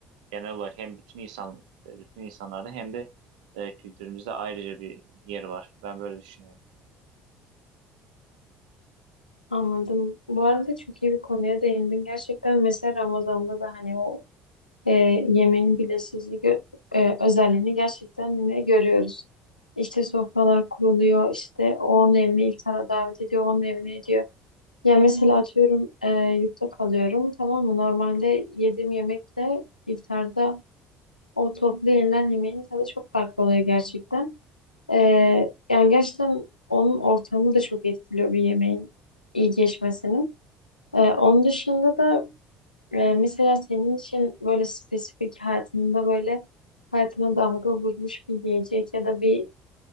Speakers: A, on the right; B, on the left.
A: genel olarak hem bütün insan bütün insanlarda hem de e, kültürümüzde ayrıca bir yeri var. Ben böyle düşünüyorum.
B: Anladım. Bu arada çok iyi bir konuya değindin. Gerçekten mesela Ramazan'da da hani o e, yemeğin bileşici gö- e, özelliğini gerçekten yine görüyoruz. İşte sofralar kuruluyor, işte onun evine iftara davet ediyor, onun evine ediyor. Ya mesela atıyorum e, yurtta kalıyorum tamam mı? Normalde yediğim yemekle iftarda o toplu yenilen yemeğin tadı çok farklı oluyor gerçekten. E, yani gerçekten onun ortamı da çok etkiliyor bir yemeğin iyi geçmesini. E, onun dışında da ee, mesela senin için böyle spesifik hayatında böyle hayatına damga vurmuş bir yiyecek ya da bir